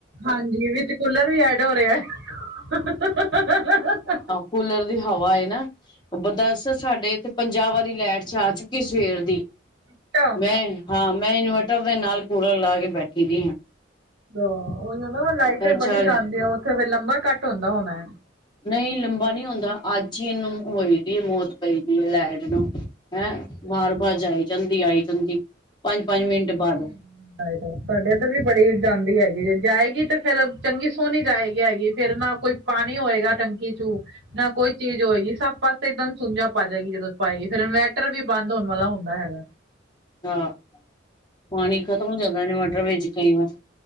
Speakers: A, on the right (about 60°); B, on the left (about 25°).
A: ਹਾਂਜੀ, ਵਿਚ ਕੂਲਰ ਵੀ ਐਡ ਹੋ ਰੇਆ। ਆਹ ਹਾਂ ਹਾਂ, ਹਾਂ ਹਾਂ!
B: ਕੂਲਰ ਦੀ ਹਵਾ ਏ ਨਾ। ਬ--ਦੱਸ, ਸਾਡੇ ਇਥੇ ਪੰਜਾ ਵਾਰੀ ਲੈਟ ਜਾ ਚੁੱਕੀ ਸਵੇਰ ਦੀ!
A: ਅੱਛਾ।
B: ਮੈਂ ਹਾਂ, ਮੈਂ ਇਨਵਰਟਰ ਦੇ ਨਾਲ ਕੂੂਲਰ ਲਾ ਕੇ ਬੈਠੀ ਦੀ ਆਂ।
A: ਦੋ--ਓਇ ਓ ਨਾ ਲਾਈਟ ਬੜੀ
B: ਜਾ ਰਹੀ
A: ਜਾਂਦੀ ਆ, ਉੱਥੇ ਫੇਰ ਲੰਬਾ ਕੱਟ ਹੁੰਦਾ ਹੋਣਾ।
B: ਨਈਂ, ਲੰਬਾ ਨੀ ਹੁੰਦਾ, ਅੱਜ ਈ ਇਹਨੂੰ ਹੋਈ ਦੀ ਮੌਤ ਪਈਦੀ ਐ ਲੈਟ ਨੂੰ! ਹੈਂ!
A: ਹੈ।
B: ਬਾਰ-ਬਾਰ ਜਾਈ ਜਾਂਦੀ, ਆਈ ਜਾਂਦੀ। ਪੰਜ ਪੰਜ
A: ਮਹਿੰਦੀ
B: ਮਿੰਟ
A: ਕਰਦੇ
B: ਬਾਅਦ
A: ਐ। ਸਾਡੇ ਏਧਰ ਵੀ ਬੜੀ ਜਾਂਦੀ ਹੈਗੀ, ਜੇ ਜਾਏਗੀ ਤੇ ਫੇਰ ਚੰਗੀ ਸੋਹਣੀ ਜਾਏਗੀ, ਆਏਗੀ! ਫੇਰ ਨਾ ਕੋਈ ਪਾਣੀ ਹੋਏਗਾ ਟੰਕੀ 'ਚ, ਨਾ ਕੋਈ ਚੀਜ਼ ਹੋਏਗੀ, ਸਭ ਪਾਸੇ ਇੱਕਦਮ ਸੁੰਝਾ ਪਾ ਜਾਏਗੀ, ਜਦੋਂ ਪਾਏਗੀ, ਫੇਰ ਇਨਵਰਟਰ ਵੀ ਬੰਦ ਹੋਣ ਵਾਲਾ ਹੁੰਦਾ ਹੈਗਾ!
B: ਹਾਂ, ਪਾਣੀ ਖ਼ਤਮ ਹੋ ਜਾਂਦਾ ਇਨਵਰਟਰ ਵਿੱਚ ਕਈ ਵਾਰ